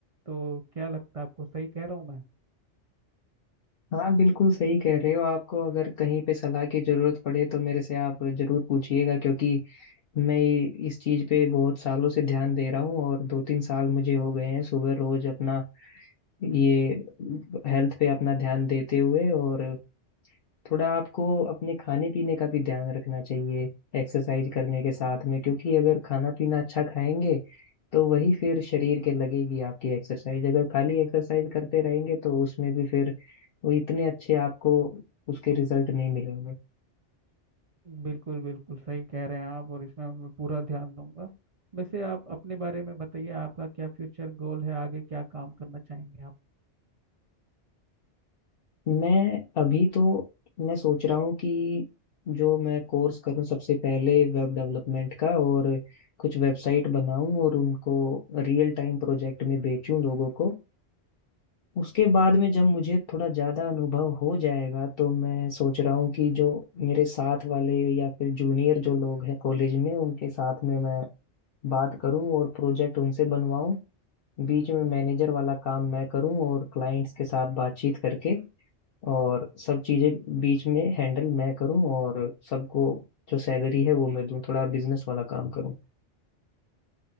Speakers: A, on the right (about 50°); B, on the left (about 60°).
A: तो क्या लगता है आपको सही कह रहा हूँ मैं
B: हाँ बिल्कुल सही कह रहे हो आपको अगर कहीं पे सलाह की जरूरत पड़े तो मेरे से आप जरूर पूछिएगा क्योंकि मैं इस चीज पे बहुत सालों से ध्यान दे रहा हूँ और दो तीन साल मुझे हो गए हैं सुबह रोज अपना ये हेल्थ पे अपना ध्यान देते हुए और थोड़ा आपको अपने खाने पीने का भी ध्यान रखना चाहिए एक्सरसाइज करने के साथ में क्योंकि अगर खाना पीना अच्छा खाएंगे तो वही फिर शरीर के लगेगी आपकी एक्सरसाइज अगर खाली एक्सरसाइज करते रहेंगे तो उसमें भी फिर वो इतने अच्छे आपको उसके रिजल्ट नहीं मिलेंगे
A: बिल्कुल बिल्कुल सही कह रहे हैं आप और इसमें मैं पूरा ध्यान दूंगा वैसे आप अपने बारे में बताइए आपका क्या फ्यूचर गोल है आगे क्या काम करना चाहेंगे आप
B: मैं अभी तो मैं सोच रहा हूँ कि जो मैं कोर्स करूँ सबसे पहले वेब डेवलपमेंट का और कुछ वेबसाइट बनाऊं और उनको रियल टाइम प्रोजेक्ट में बेचूं लोगों को उसके बाद में जब मुझे थोड़ा ज्यादा अनुभव हो जाएगा तो मैं सोच रहा हूँ कि जो मेरे साथ वाले या फिर जूनियर जो लोग हैं कॉलेज में उनके साथ में मैं बात करूँ और प्रोजेक्ट उनसे बनवाऊँ बीच में मैनेजर वाला काम मैं करूँ और क्लाइंट्स के साथ बातचीत करके और सब चीजें बीच में हैंडल मैं करूँ और सबको जो सैलरी है वो मैं दूँ थोड़ा बिजनेस वाला काम करूँ